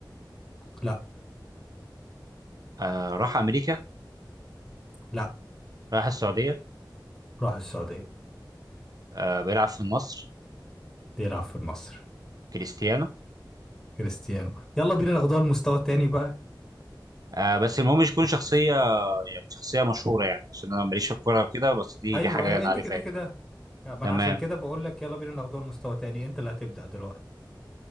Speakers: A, in the centre; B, on the right.
A: لا
B: آه راح امريكا
A: لا
B: راح السعوديه
A: راح السعودية
B: آه بيلعب في النصر
A: بيلعب في النصر
B: كريستيانو
A: كريستيانو يلا بينا ناخدوها المستوى التاني بقى
B: آه بس المهم مش يكون شخصيه يعني شخصيه مشهوره يعني عشان انا ماليش في الكوره وكده بس دي
A: أيوه
B: دي حاجه
A: أيوه
B: انا
A: أنت
B: عارفها
A: كده
B: يعني
A: كده لا، ما
B: تمام
A: أنا عشان كده بقول لك يلا بينا ناخدوها المستوى التاني أنت اللي هتبدأ دلوقتي